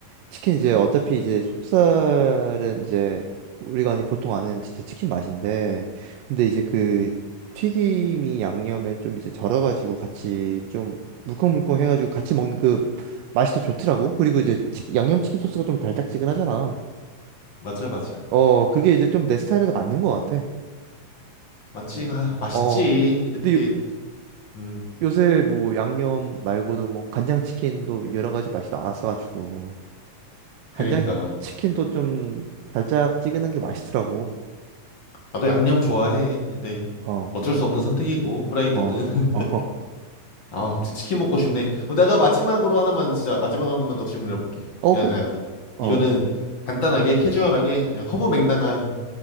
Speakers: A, on the right; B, on the left.
A: 치킨 이제 어차피 이제 속살은 이제 우리가 아니 보통 아는 진짜 치킨 맛인데, 근데 이제 그 튀김이 양념에 좀 이제 절여가지고 같이 좀 물컹물컹 해가지고 같이 먹는 그 맛이 더 좋더라고. 그리고 이제 치 양념치킨 소스가 좀 달짝지근하잖아.
B: 맞아, 맞아.
A: 어, 그게 이제 좀 내 스타일에도 맞는 것 같아.
B: 맞지?
A: 근데,
B: 아, 맛있지.
A: 어.
B: 근데
A: 근데
B: 이게, 음,
A: 요새 뭐 양념 말고도 뭐 간장치킨도 여러 가지 맛이 나와서가지고 간장치킨도
B: 그러니까.
A: 좀 달짝지근한 게 맛있더라고.
B: 나도 양념 좋아해. 근데
A: 어,
B: 어쩔 수 없는 선택이고, 후라이드는.
A: 어, 어,
B: <laughs>
A: 어,
B: 아, 갑자기 치킨 먹고 싶네. 어, 내가 마지막으로 하나만, 진짜, 마지막으로 하나만 더 질문해볼게.
A: 어,
B: 그냥,
A: 그래?
B: 그냥,
A: 어,
B: 이거는 간단하게, 캐주얼하게, 그냥 허무맹랑한